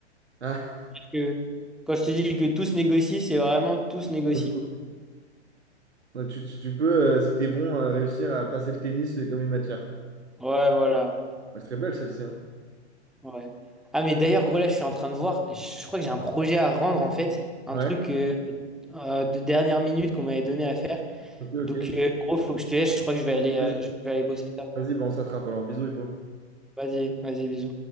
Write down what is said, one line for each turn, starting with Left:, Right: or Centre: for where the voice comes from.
Right: Ah,
Centre: que Quand je te dis que tout se négocie, c'est vraiment tout se négocie.
Right: au foot. Ouais, tu, tu- tu peux, euh, si t'es bon, euh, réussir à passer le tennis euh, comme une matière.
Centre: Ouais, voilà.
Right: Ah, c'est très belle celle-ci, hein.
Centre: Ouais. Ah, mais d'ailleurs, gros, là, je suis en train de voir. Je crois que j'ai un projet à rendre, en fait. Un
Right: Ouais.
Centre: truc euh, euh, de dernière minute qu'on m'avait donné à faire.
Right: Ok, ok.
Centre: Donc, euh, gros, faut que je te laisse. Je crois que je vais aller, euh,
Right: Vas-y,
Centre: je vais aller bosser ça.
Right: vas-y, bah, on s'attrape alors. Bisous, Hippo.
Centre: Vas-y, vas-y, bisous.